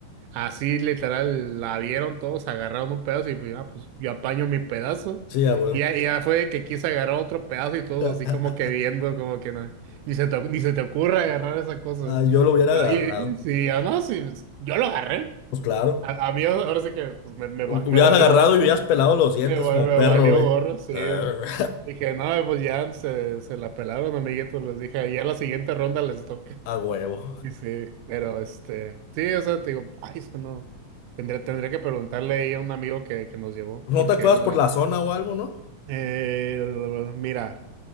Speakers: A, on the right; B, on the left.
A: Así literal la vieron todos, agarraron un pedazo y pues ya, pues yo apaño mi pedazo.
B: Sí, a huevo.
A: Y ya, y ya fue que quise agarrar otro pedazo y todos
B: <laughs>
A: así como que viendo, como que no, ni se te, ni se te ocurra agarrar esa cosa.
B: Ah, yo lo hubiera
A: Oye,
B: agarrado.
A: sí, yo no, sí, pues, yo lo agarré.
B: Pues claro.
A: A, a mí ahora sí que pues, me, me,
B: Lo
A: va- me
B: hubieras
A: valió
B: agarrado
A: gorro,
B: y hubieras
A: ¿no?
B: pelado los dientes
A: Me, va-
B: como
A: me
B: perro,
A: valió
B: güey.
A: gorro, sí.
B: Arr,
A: Dije, no, pues ya se, se la pelaron, amiguitos, les dije, ya la siguiente ronda les toca.
B: <laughs> A huevo.
A: Sí, sí, pero este, sí, o sea, te digo, ay, es que no, tendría tendría que preguntarle ahí a un amigo que, que nos llevó,
B: <laughs> ¿No
A: porque
B: te acuerdas
A: él,
B: por la zona o algo, no?
A: eh, mira,